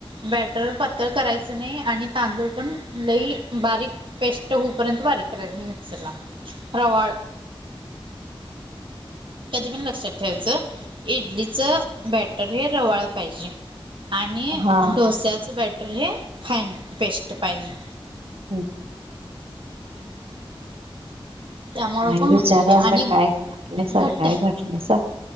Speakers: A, on the right; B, on the right.
A: बॅटर पातळ करायचं नाही आणि तांदूळ पण लई बारीक पेस्ट होऊपर्यंत बारीक करायचं ना मिक्सरला रवाळ कधी पण लक्षात ठेवायचं इडलीचं बॅटर हे रवाळ पाहिजे आणि
B: हा
A: डोस्याच बॅटर हे फाईन पेस्ट पाहिजे.
B: हम्
A: हम् <unintelligible> त्यामुळ
B: आई
A: पण
B: विचारालता
A: होतय ते आणि
B: काय घातलायसा
A: घट्ट
B: काय घातलायसा